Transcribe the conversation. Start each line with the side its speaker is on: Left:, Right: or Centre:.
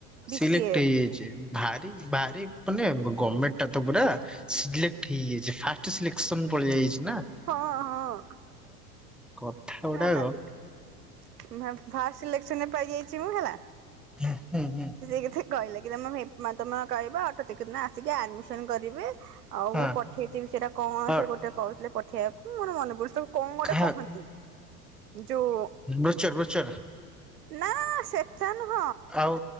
Right: ବି
Centre: ସିଲକ୍ଟ
Right: ସି ଏ ରେ
Centre: ହେଇଛି। ଭାରି ଭାରି ମାନେ ଗମେଣ୍ଟ ଟା ତ ପୁରା ସିଲେକ୍ଟ ହେଇଯାଇଛି ଫାଷ୍ଟ ସିଲେକ୍ସନ ପଳାଇଛି ନା।
Right: ହଁ ହଁ
Centre: କଥା ଗୁଡାକ
Right: ହେଲା <unintelligible> ଫାଷ୍ଟ ସିଲେକ୍ସନରେ ପାଇଯାଇଛି ମୁଁ ହେଲା।
Centre: ହୁଁ ହୁଁ ହୁଁ।
Right: ସେ କେତେ କହିଲା କି ତମ ତମର କହିବ ଅଠତିକ ଦିନ ଆସିକି ଆଡମିସନ କରିବେ। ଆଉ
Centre: ହଁ।
Right: ମୁଁ ପଠେଇଥିବି ସେଇଟା କଣ
Centre: ହଁ
Right: ସେ ଗୋଟେ କହୁଥିଲେ ପଠେଇବାକୁ ମୋର ମନେ ପ <unintelligible> କଣ ଗୋଟେ
Centre: ହୁଁ
Right: କହନ୍ତି ଯୋଉ
Centre: ବୃଛୁର ବୃଛର
Right: ନା ସେଟା ନୁହଁ।
Centre: ଆଉ